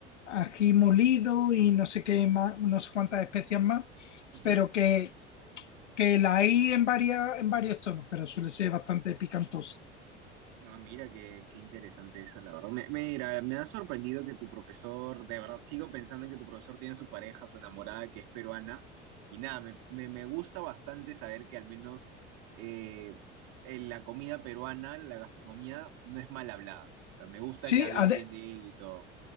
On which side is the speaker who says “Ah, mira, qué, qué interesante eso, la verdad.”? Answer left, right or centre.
Right